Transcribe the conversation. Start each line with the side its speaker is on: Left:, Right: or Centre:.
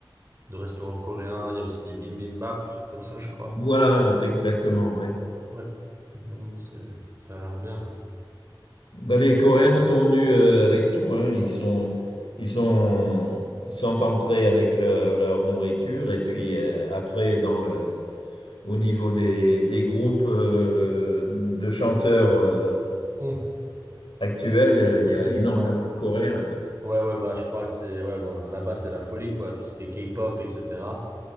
Right: de restaurants coréens. Il y a aussi des bibimbap, des trucs comme ça, je crois.
Left: Voilà, exactement. oui.
Right: Ouais. Non, non, c'est, ça a l'air bien.
Left: Bah, les Coréens sont venus euh, avec tout, hein. Ils sont, ils sont, ils sont entrés avec leur, leur nourriture et puis euh, après dans le, au niveau des, des groupes euh, de chanteurs euh,
Right: Hum,
Left: actuels, euh, il
Right: Merci.
Left: y a énormément
Right: Ouais,
Left: de Coréens.
Right: ouais, ouais, bah, je crois que c'est, ouais, bon, là-bas, c'est la folie, quoi, tout ce qui est K-pop, etc.